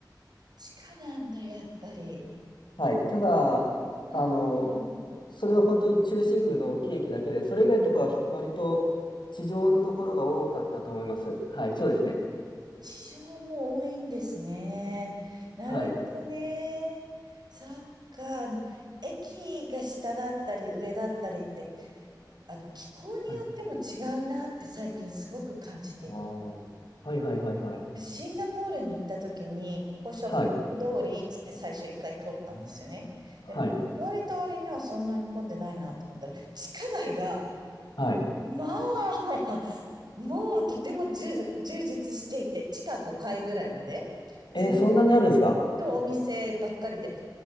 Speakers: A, on the right (about 65°); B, on the left (about 80°).
A: 地下なんだ、やっぱり。
B: はい。ただ、
A: うんうんうん。
B: あの、それは本当に中心部の大きい駅だけで、それ以外のところは割と地上のところが多かったと思います。はい、そうですね。
A: 地上も多いんですね。なるほどね。
B: はい。
A: そっか。あの、駅が下だったり上だったりって、あの、気候によっても違うなって最近すごく感じてい
B: はい。ああ、はいはいはいはい。
A: シンガポールに行った時に、ここショッピング通りっつって最初一回通ったんですよね。
B: はい。はい。
A: で、言われた割にはそんなに混んでないなと思ったら、地下街が、
B: はい。
A: まあ、もうとても充充実していて、地下5階ぐらいまで、ずっ
B: えーそんなにあるんですか
A: とお店ばっかりで、